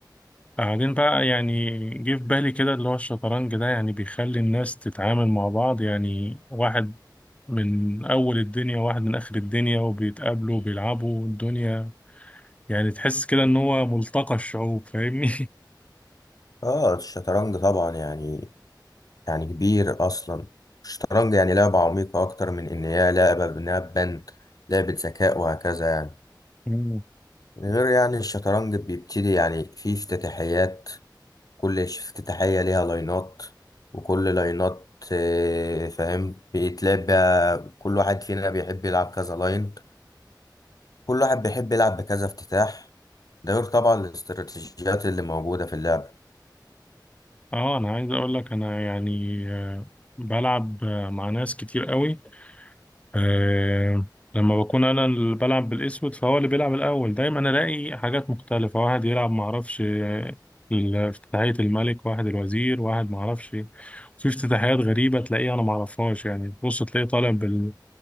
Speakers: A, on the left; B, on the left.
A: قاعدين بقى يعني جه في بالي كده اللي هو الشطرنج ده يعني بيخلي الناس تتعامل مع بعض يعني واحد من اول الدنيا وواحد من اخر الدنيا وبيتقابلوا وبيلعبوا الدنيا يعني تحس كده ان هو ملتقى الشعوب فاهمني
B: اه الشطرنج طبعا يعني يعني كبير اصلا الشطرنج يعني لعبة عميقة اكتر من ان هي لعبة بناء بند لعبة ذكاء وهكذا يعني
A: <laughs>
B: غير يعني الشطرنج بيبتدي يعني فيه افتتاحيات كل افتتاحية ليها لاينات وكل لاينات اه، فاهم بيتلعب بقى كل واحد فينا بيحب يلعب كذا لاين كل واحد بيحب يلعب بكذا افتتاح ده غير طبعا الاستراتيجيات اللي موجودة في اللعبة
A: اه انا عايز اقول لك انا يعني آه، بلعب آه، مع ناس كتير قوي آه، لما بكون انا اللي بلعب بالاسود فهو اللي بيلعب الاول دايما الاقي حاجات مختلفه واحد يلعب معرفش آه، ال- افتتاحيه الملك واحد الوزير واحد معرفش في افتتاحيات غريبه تلاقيه انا معرفهاش يعني تبص تلاقيه طالع بال